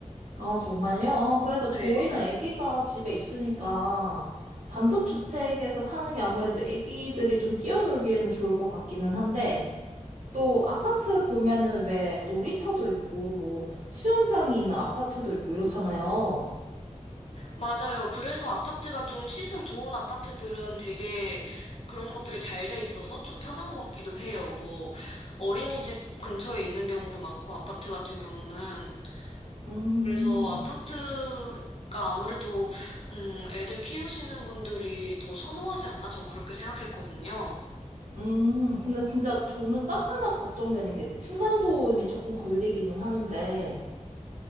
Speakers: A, on the right; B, on the left.
A: 아, 정말요? 아, 그래서 저희는
B: 네.
A: 아기가 집에 있으니까 단독주택에서 사는 게 아무래도 아기들이 좀 뛰어놀기에는 좋을 것 같기는 한데, 또 아파트 보면은 왜 놀이터도 있고 뭐 수영장이 있는 아파트도 있고 이렇잖아요.
B: 맞아요. 그래서 아파트가 좀 시설 좋은 아파트들은 되게 그런 것들이 잘 돼 있어서 좀 편한 것 같기도 해요. 뭐 어린이집 근처에 있는 경우도 많고 아파트 같은 경우는.
A: 음,
B: 그래서 아파트가 아무래도 음, 애들 키우시는 분들이 더 선호하지 않나? 전 그렇게 생각했거든요.
A: 음. 근데 진짜 저는 딱 하나 걱정되는 게 이제 층간소음이 조금 걸리기는 하는데